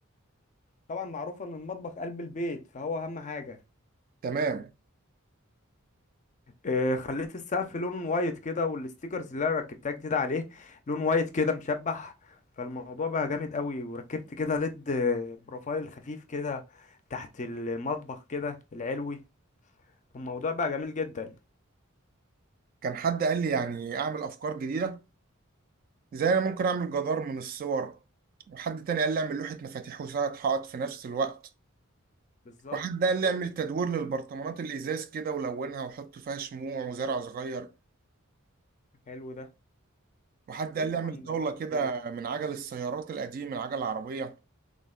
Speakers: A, on the left; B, on the right.
A: طبعا معروف ان المطبخ قلب البيت فهو اهم حاجه
B: تمام
A: آه، خليت السقف لون وايت كده والستيكرز اللي انا ركبتها جديد عليه لون وايت كده مشبح فالموضوع بقى جامد قوي وركبت كده ليد آه، بروفايل خفيف كده تحت المطبخ كده العلوي الموضوع بقى جميل جدا
B: كان حد قال لي يعني اعمل افكار جديدة زي انا ممكن اعمل جدار من الصور وحد تاني قال لي اعمل لوحة مفاتيح وساعة حائط في نفس الوقت
A: بالظبط
B: وحد قال لي اعمل تدوير للبرطمانات الازاز كده ولونها وحط فيها شموع وزرع صغير
A: حلو ده
B: وحد
A: في
B: قال
A: طبعا
B: لي اعمل
A: مميزات
B: طاولة كده
A: كتير
B: من عجل السيارات القديم من عجل العربية